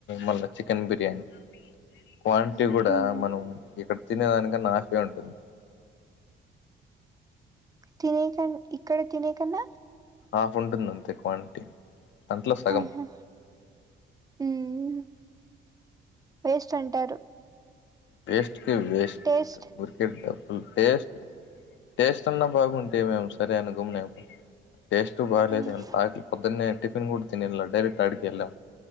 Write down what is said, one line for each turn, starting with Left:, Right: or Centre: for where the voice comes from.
Left: మల్ల చికెన్ బిర్యానీ క్వాంటిటీ కూడా
Right: మ్మ్
Left: మనం ఇక్కడ తినే దానికన్నా అట్లనే ఉంటది
Right: తినకం ఇక్కడ తినేకన్నా
Left: ఆఫ్ ఉంటుంది అంతే క్వాంటిటీ అట్లా సగం
Right: ఆహా మ్మ్ వేస్ట్ అంటారు
Left: వేస్ట్ వేస్ట్
Right: టేస్ట్
Left: ఊరికే డబ్బులు టేస్ట్ టేస్ట్ అన్నా బాగుంటే మేము సరే అని గమ్నపో టేస్ట్ బాలేదు
Right: మ్మ్
Left: ఎంతా పొదున్నటి టిఫిన్ కూడా తినలే డైరెక్ట్ ఆడికెళ్లాం